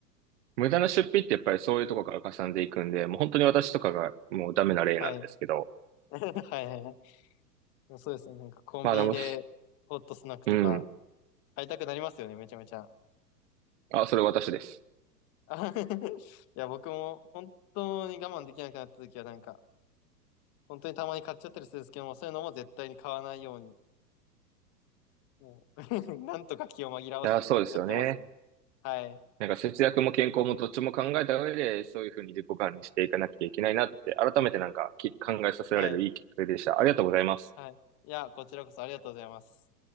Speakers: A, on the right (about 45°); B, on the left (about 30°).
A: 無駄な出費ってやっぱりそういうとこからかさんでいくんで、もう本当に私とかがもうダメな例なんですけど。
B: はい。<laughs> はいはいはい。そうですね。なんかコンビニで、
A: まあでも、
B: ホットスナックとか、
A: うん。
B: 会いたくなりますよね、めちゃめちゃ。
A: あ、それ私です。
B: あ <laughs> いや、僕も本当に我慢できなくなった時はなんか、本当にたまに買っちゃったりするんですけども、そういうのも絶対に買わないように、もう <laughs> なんとか気を紛らわせてやってますね。
A: いやー、そうですよね。
B: はい、
A: なんか節約も健康もどっちも考えた上で、そういうふうに自己管理していかなきゃいけないなって、改めてなんかき考えさせられるいいきっかけでした。
B: はい、
A: ありがとうございます。
B: はい。いや、こちらこそありがとうございます。